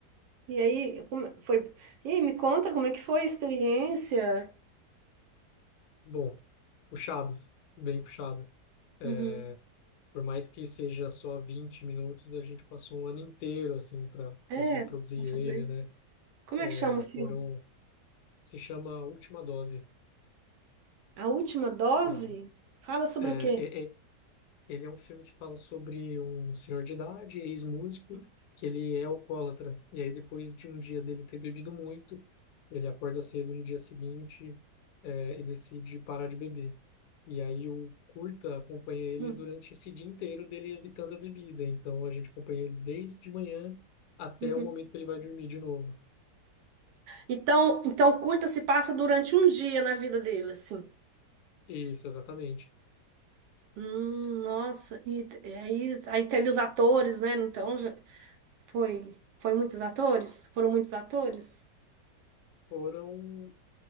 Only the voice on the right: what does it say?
E aí, como foi? E aí, me conta como é que foi a experiência?
Uhum.
É,
vai fazer.
Como é
que chama o filme?
A última dose?
Fala sobre
o quê?
Hum,
hum,
uhum.
Então, então curta se passa durante um dia na vida dele, assim.
Hum, nossa, e t- e aí, aí teve os atores, né? Então já foi, foi muitos atores? Foram muitos atores?